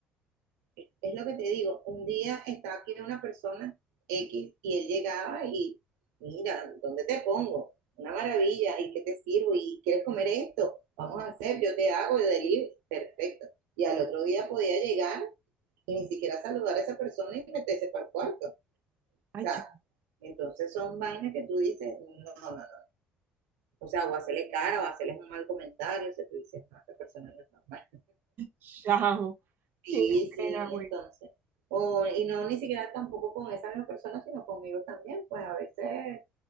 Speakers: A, on the right; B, on the right.
A: es lo que te digo, un día estaba aquí una persona X y él llegaba y, mira, ¿dónde te pongo? Una maravilla, ¿y qué te sirvo? ¿Y quieres comer esto? Vamos a hacer, yo te hago, yo delivery, perfecto. Y al otro día podía llegar y ni siquiera saludar a esa persona y meterse para el cuarto. O
B: Ay,
A: sea,
B: chao.
A: entonces son vainas que tú dices, no, no, no. O sea, o hacerle cara o hacerles un mal comentario, o sea, tú dices, no, esta persona no es normal.
B: Chao.
A: Sí,
B: Qué pena,
A: sí,
B: güey.
A: entonces. O, y no ni siquiera tampoco con esa misma persona, sino conmigo también, pues a veces